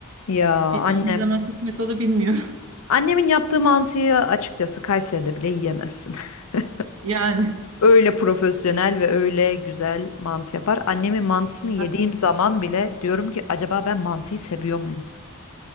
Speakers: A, on the left; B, on the right.
A: Ya
B: Bir daha
A: annem.
B: ne zaman kısmet olur bilmiyorum.
A: Annemin yaptığı mantıyı açıkçası Kayseri'de bile yiyemezsin. <laughs>
B: <laughs> Yani
A: Öyle profesyonel ve öyle güzel mantı yapar. Annemin mantısını yediğim
B: bak.
A: zaman bile diyorum ki acaba ben mantıyı seviyor muyum?